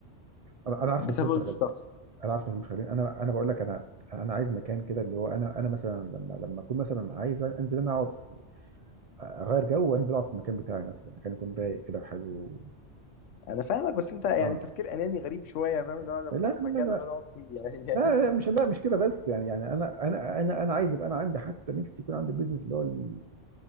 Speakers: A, on the right (about 70°); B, on the left (about 85°).
A: انا أنا عارف
B: بسبب
A: ان كلهم شغالين
B: الستاف
A: انا عارف ان مش خليني انا انا بقول لك انا انا عايز مكان كده اللي هو انا انا مثلا لما لما اكون مثلا عايز انزل انا اقعد في- اغير جو وانزل اقعد في المكان بتاعي مثلا مكان يكون رايق كده وحلو
B: انا فاهمك بس انت يعني
A: اه
B: تفكير اناني غريب شويه فاهم ان هو انا
A: لا
B: فاتح
A: لا
B: مكان
A: لا
B: عشان اقعد فيه يعني
A: لا لا
B: <laughs>
A: مش لا مش كده بس يعني يعني انا انا انا انا عايز يبقى انا عندي حتى نفسي يكون عندي بيزنس اللي هو ال-